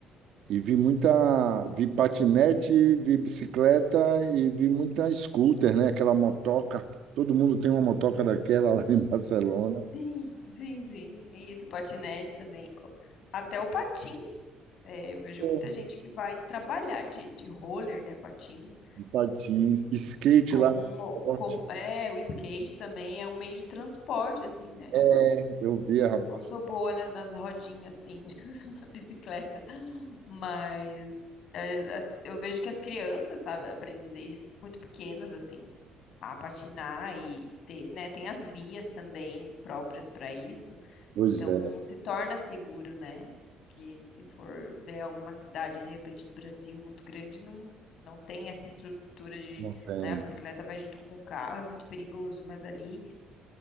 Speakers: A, on the right; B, on the left.
A: e vi muita, vi patinete, vi bicicleta e vi muita scooter, né? Aquela motoca. Todo mundo tem uma motoca daquela lá em Barcelona.
B: Sim, sim, sim. E isso, patinete também. Até o patins. É, eu vejo
A: É,
B: muita gente que vai trabalhar de, de roller, né, patins,
A: De patins, skate
B: como,
A: lá, forte.
B: como é, o skate também é um meio de transporte, assim, né?
A: É,
B: Eu
A: eu vi rapaz.
B: Eu não sou boa, né, nas rodinhas, assim, <laughs> na bicicleta. Mas é, as- eu vejo que as crianças, sabe, aprendem desde muito pequenas, assim, a patinar e ter, né, tem as vias também próprias para isso.
A: Pois
B: Então,
A: é,
B: se torna seguro, né? Porque se for ver alguma cidade, de repente, do Brasil muito grande, não, não tem essa estrutura de,
A: não tem.
B: né, a bicicleta vai junto com o carro, é muito perigoso, mas ali